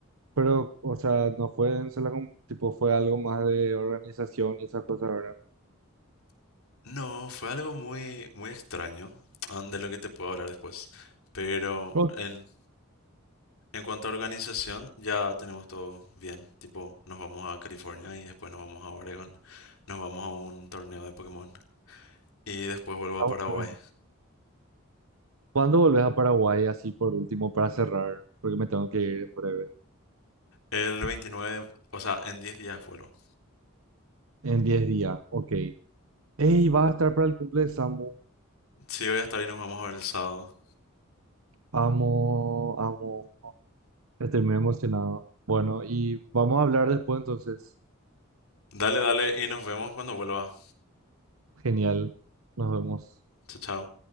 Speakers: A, on the right; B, on the left.
A: Pero, o sea, no fue en sola con- tipo, fue algo más de organización y esas cosas, ¿verdad?
B: No, fue algo muy, muy extraño, ah, de lo que te puedo hablar después, pero
A: Ok,
B: en, en cuanto a organización ya tenemos todo bien, tipo, nos vamos a California y después nos vamos a Oregon, nos vamos a un torneo de Pokémon y después vuelvo
A: vamos
B: a Paraguay.
A: a ver. ¿Cuándo volvés a Paraguay así por último para cerrar? Porque me tengo que ir en breve.
B: El veintinueve o sea, en 10 días vuelvo.
A: En 10 días, ok. Ey, va a estar para el cumple de Samu.
B: Sí, voy a estar y nos vamos a ver el sábado.
A: Amo, amo. Estoy muy emocionado. Bueno, y vamos a hablar después entonces.
B: Dale, dale y nos vemos cuando vuelva.
A: Genial. Nos vemos.
B: Chao, chao.